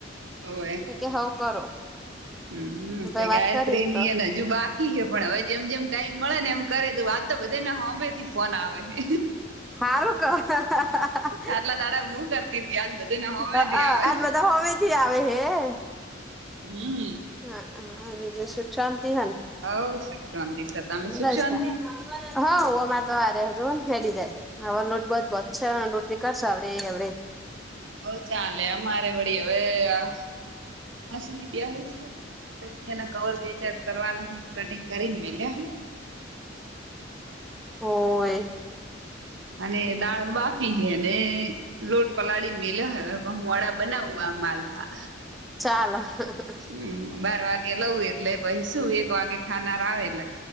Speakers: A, on the right; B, in the centre.
A: <unintelligible>
B: કે હવ કરો
A: હમ
B: પહી
A: પે ગાયત્રી
B: વાત કરી એમ
A: ની
B: તો
A: એને જ હજુ બાકી હે પણ અવે જેમ જેમ ટાઈમ મળે ને એમ કરે તો વાત તો બધે ને હોમે થી ફોન આવે હે
B: હારું ક હ હ હ
A: આટલા દાડા હું કરતી તી આજ બધીને હોમે
B: અ
A: થી
B: આજ
A: આવે
B: બધા હોમેથી આવે હે
A: હું
B: હા હા બીજું સુખ શાંતિ હ ને
A: હવ સુખ શાંતિ સ તમે સુખ
B: બસ
A: શાંતિ
B: તા હવ અમાર તો આઈ રાયા જો હેડી જાય એવે લોટ બોટ હા રોટલી કર સાવ રે અવરે
A: હ ચાલે અમારે વળી હવે આ મસીને બેહવું છે તકીયાના કવર બે ચાર કરવાના હે કટિંગ કરીન મેલ્યા હે
B: હોવે
A: અને દાળ બાકી હે ને લોટ પલાળીને મેલ્યો હે પણ હું વડા બનાવું આ માલમા
B: ચાલ હ હ
A: હમ બાર વાગે લઉું એટલે પહી શું એક વાગે ખાનાર આવે એટલાક